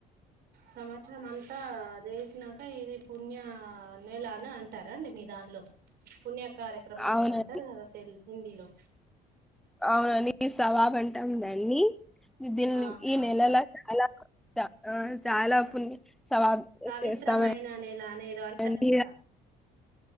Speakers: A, on the right; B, in the centre.
A: సంవత్సరం అంతా జేసినాక ఇది పుణ్య నెల అని అంటార అండి మీ దానిలో పుణ్య కార్యక్రమం
B: అవునండి
A: ఏదో అంటారు గదా తె హిందీలో
B: అవునండి సవాబు అంటాం దాన్ని దీని
A: ఆ
B: ఈ
A: అట్లా
B: నెలలో చాలా ఆ చాలా పుణ్య సవాబ్
A: పవిత్రమైన
B: చేస్తాము
A: నెల అనేదో అంటారు
B: అండి
A: కదా